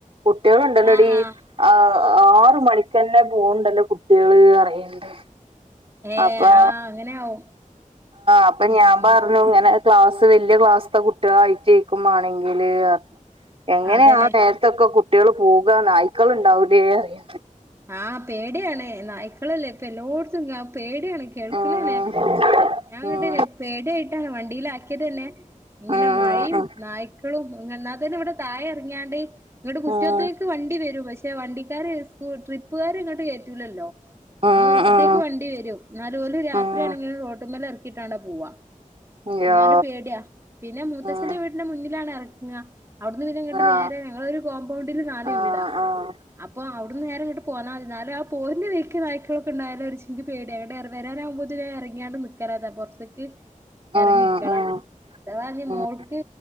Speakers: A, on the right; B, on the right.
A: കുട്ടികളുണ്ടല്ലോടീ
B: ആഹ് ആഹ്
A: ആ ആറ് മണിക്കന്നെ പോകണ്ടല്ലോ കുട്ടികള് അറിയണ്ട്
B: ഏഹ്
A: ആ്
B: ആഹ് അങ്ങനെയാവും
A: അപ്പൊ
B: ഉം
A: ഞാൻ പറഞ്ഞു ഇങ്ങനെ ക്ലാസ്സ് വല്ല്യ ക്ലാസ്ത്തെ കുട്ടികളായിട്ടേക്കും മാണെങ്കില് എങ്ങനെയാ
B: അതന്നെ
A: ആ നേര ത്തൊക്കെ കുട്ടികൾ പോകാ നായ്ക്കള്ണ്ടാവൂലേ പറിയ
B: ആഹ് പേടിയാണ് നായ്ക്കളല്ലേ ഇപ്പം എല്ലോടത്തും പേടിയാണ് കേൾക്കണെണെ
A: ആഹ്
B: ഞാൻ എന്നിട്ടില്ലെ
A: ഉം
B: പേടി ആയിട്ടാണ് വണ്ടിയിലാക്കിയത് ന്നെ ഇങ്ങനെ
A: ഉം
B: മഴയും
A: ഉം ഉം
B: നായ്ക്കളും എന്നാ തന്നെ ഇവിടെ താഴെ ഇറങ്ങിയാണ്ട് ഇങ്ങട്ട് മുറ്റത്തേക്ക്
A: ഉം
B: വണ്ടി വരും പക്ഷെ വണ്ടിക്കാര് സ്കൂ ൾ ട്രിപ്പുകാര് ഇങ്ങട്ട് കേറ്റൂലല്ലോ
A: ഉം
B: അമ്മ മുറ്റത്തേക്ക്
A: ഉം
B: വണ്ടി വരും എന്നാലും ഓല് രാത്രിയാണെങ്കിലും
A: ഉം
B: റോട്ടു മ്മല് ഇറക്കിട്ടാണ് പോവാ
A: യ്യോ
B: എന്നാലു പേടിയാ പിന്നെ മൂത്തച്ഛന്റെ
A: ഉം
B: വീടിന്റെ മുന്നിലാണ് എറങ്ങാ അവിടുന്ന് പിന്നെ ഇങ്ങട്ട്
A: ആഹ്
B: നേരെ ഞങ്ങളൊരു കോമ്പൗണ്ടില് നാല്
A: ആഹ്
B: വീടാ
A: ആഹ്
B: അപ്പൊ അവിടന്ന് നേരെ ഇങ്ങോട്ട് പോന്നാ മതി ന്നാലും ആ പോരണെ വയിക്ക് നായ്ക്കളൊക്കെ ഉണ്ടായാല ഒരു ഇച്ചിരി പേടിയ അങ്ങട്ട് വരാന് ആവു മ്പോതിന് ഇറങ്ങിയാണ്ട് നി <unintelligible> പൊറത്ത്ക്ക് ഇറങ്ങിക്കണം
A: ഉം ഉം
B: അഥവാ ഇനി
A: ഉം
B: മോൾക്ക്